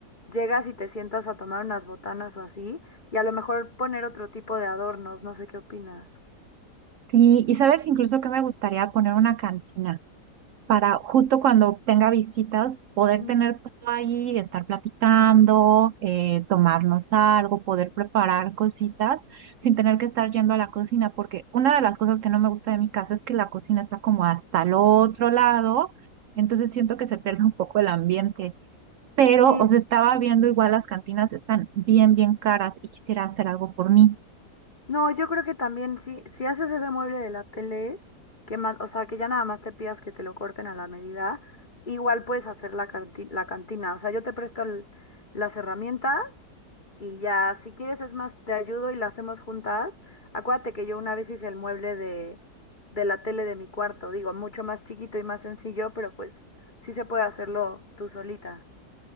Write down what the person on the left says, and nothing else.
llegas y te sientas a tomar unas botanas o así, y a lo mejor poner otro tipo de adornos, no sé qué opinas.
Mm.
Sí,
s-
no, yo creo que también si, si haces ese mueble de la tele, que ma- o sea, que ya nada más te pidas que te lo corten a la medida, igual puedes hacer la, canti- la cantina. O sea, yo te presto el- las herramientas Y ya, si quieres, es más, te ayudo y la hacemos juntas. Acuérdate que yo una vez hice el mueble de, de la tele de mi cuarto, digo, mucho más chiquito y más sencillo, pero pues sí se puede hacerlo tú solita.